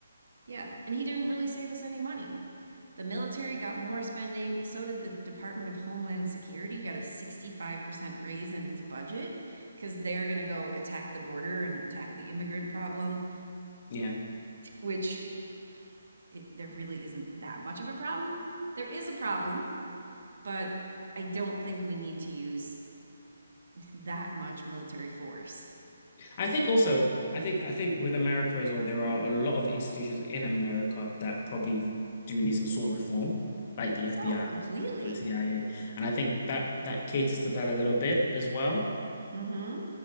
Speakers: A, on the right; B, on the left.
A: yeah, and he didn't really save us any money. The military got more spending. So did the Department of Homeland Security, got a 65% raise in its budget because they're going to go attack the border and attack the immigrant problem,
B: Yeah. Yeah.
A: which it, there really isn't that much of a problem. There is a problem, but I don't think we need to use that much military force.
B: I think also, I think I think with America as well, there are a lot of institutions in America that probably do need some sort of reform, like the FBI
A: Oh, Completely.
B: or the CIA. And I think that that caters to that a little bit as well.
A: Mm hmm.